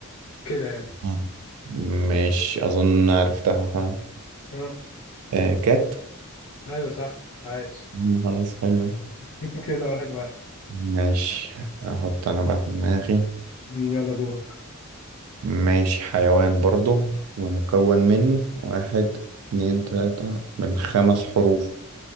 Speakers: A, on the left; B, on the right.
A: كده يعني
B: آه، ماشي اظن عرفتها خلاص
A: اه
B: آه كات
A: ايوه صح عايش
B: مم، خلاص حلوة
A: <laughs> كده واحد واحد
B: ماشي احط انا بقى في دماغي
A: مم، يلا دورك
B: ماشي حيوان برضه ومكون من واحد اتنين تلاتة من خمس حروف